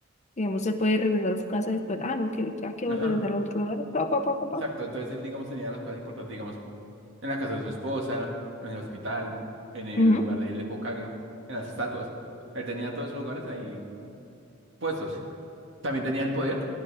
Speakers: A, on the left; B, on the right.
A: digamos se puede regresar a su casa y después, ah no, que ya quiero
B: Ajá,
A: regresar a otro lugar, pa, pa, pa, pa, pa.
B: exacto. Entonces él, digamos, tenía las cosas importantes, digamos, en la casa de su esposa, en el hospital, en el
A: Ujú,
B: lugar del Hokage, en las estatuas. Él tenía todos esos lugares ahí puestos. También tenía el poder